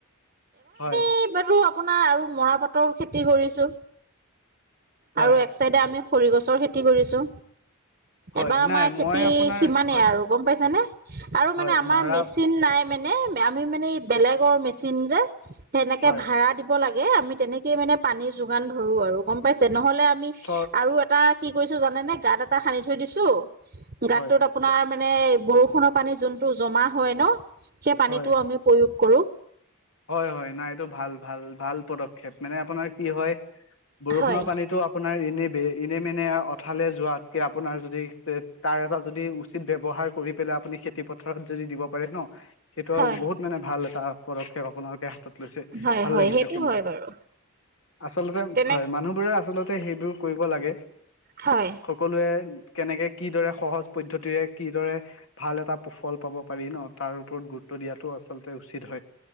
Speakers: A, on the left; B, on the right.
A: হয়।
B: এইবাতো আপোনাৰ আৰু মৰাপাতৰ খেতি কৰিছো
A: হয়
B: আৰু এক চাইডে আমি খৰিগছৰ খেতি কৰিছোঁ,
A: হয়
B: এবাৰ আমাৰ
A: নাই
B: খেতি
A: মই আপোনাৰ
B: সিমানেই
A: হয়
B: আৰু। গম পাইছেনে, আৰু
A: হয়
B: মানে আমাৰ
A: মৰা
B: মে চিন, নাই মানে আমি মানে বেলেগৰ মেচিন যে, সেনেকে
A: হয়
B: ভাড়া দিব লাগ এই, আমি তেনেকয়ে মানে পানী যোগান ধৰো আৰু গম পাইছে, নহ'লে আমি
A: চ
B: আৰু এটা কি কৰিছো জানে নে, গাঁত এটা সানি থৈ দিছো গাতটোত
A: হয়
B: আপোনাৰ মানে বৰষুণৰ পানী যোনটো জমা হয় ন, সেই পানীটোও
A: হয়
B: আমি প্ৰয়োগ কৰো।
A: হয়, হয়, নাই এইটো ভাল, ভাল, ভাল, পদক্ষেপ মানে আপোনাৰ কি হয় বৰষুণৰ
B: হয়
A: পানীতটো আপোনাৰ এনে ব, এনে মেনে অঠালে যোৱাতকৈ আপোনাৰ যদি তাৰ এটা যদি উচ্চিত ব্যৱহাৰ কৰি পেলাই আপুনি খেতি পথাৰত যদি দিব পাৰে ন সেইটো
B: হয়
A: আৰু বহুত মানে ভাল এটা পদক্ষেপ আপোনালোকে লৈছে
B: হয়
A: ভাল
B: হয়
A: লাগিছে
B: সেইটো
A: শুনি,
B: হয় বাৰু
A: আচলতে
B: তেনে
A: হয় মানুহবোৰে আচল তে সেইবোৰ কৰিব লাগে।
B: হয়
A: সকলোৱে কেনেকে কিদৰে সহজ পদ্ধতিৰে কিদৰে ভাল এটা ফল পাব পাৰি ন তাৰ ওপৰত গুৰুত্ব দিয়াটো আচলতে উচিত হয়।